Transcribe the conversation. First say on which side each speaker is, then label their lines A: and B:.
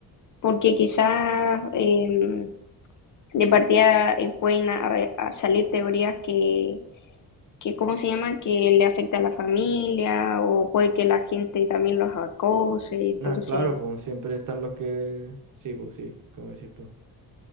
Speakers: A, on the left (about 50°); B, on the right (about 55°).
A: porque quizás eh, de partida eh, pueden a- a salir teorías que, que, ¿cómo se llama? Que le afecta a la familia o puede que la gente también los acose. Entonces,
B: Nada, claro, pues siempre están los que... Sí, pues sí, como decís tú.